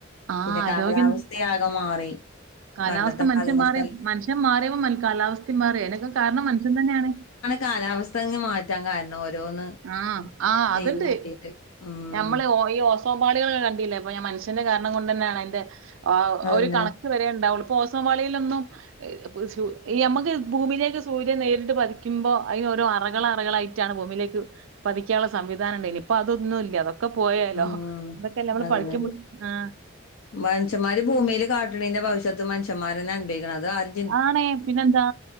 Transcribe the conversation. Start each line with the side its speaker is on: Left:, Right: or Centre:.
Right: ആഹ്
Left: പിന്നെ
Right: ആരോഗ്യം
Left: കാലാവസ്ഥ ആകെ മാറി
Right: കാലാവസ്ഥ
Left: പണ്ടത്തെ
Right: മനുഷ്യൻ
Left: കാലാവസ്ഥ
Right: മാറി മനുഷ്യൻ മാറിയപ്പം മതി കാലാവസ്ഥയും മാറി അതിനൊക്കെ കാരണം മനുഷ്യൻ തന്നെയാണ്
Left: കാലാവസ്ഥങ്ങ് മാറ്റാൻ കാരണം ഓരോന്ന്
Right: ആഹ് ആഹ്
Left: ചെയ്ത്
Right: അത്ണ്ട്.
Left: കൂട്ടിയിട്ട് ഉം
Right: ഞമ്മള് ഈ കോമ്മാളികള് കണ്ടില്ലേ അപ്പ ഞാൻ മനുഷ്യന്റെ കാരണം കൊണ്ട് തന്നെയാണ് അയ്ന്റെ
Left: അതന്നെ
Right: ഒരു കണക് ക്ക്‌വരെ ഉണ്ടാവൂള്ളു പ്പോ ഓസോപാളിയിലൊന്നും ഈ ചു ഈ അമ്മക്ക് ഭൂമിയിലേക്ക് സൂര്യൻ നേരിട്ട് പതിക്കുമ്പോ അയ്ന് ഓരോ അറകൾ അറകളായി റ്റാണ് ഭൂമിലേക്ക് പതിക്കാനുള്ള സംവിധാനം ണ്ടായിനി ഇപ്പൊ അതൊന്നും ഇല്ല ക്കെ പോയേലോ
Left: ഉം
Right: അതൊക്കെയല്ല നമ്മള്
Left: അതന്നെ
Right: പഠിക്കുമ്പ ആഹ്
Left: മനുഷ്യന്മാര് ഭൂമിയിൽ കാട്ടിണീന്റെ ഭവിഷത്ത് മനുഷ്യന്മാരെന്നെ അനുഭവിക്കണം അത് ആര്
Right: ആണെ പിന്നെന്താ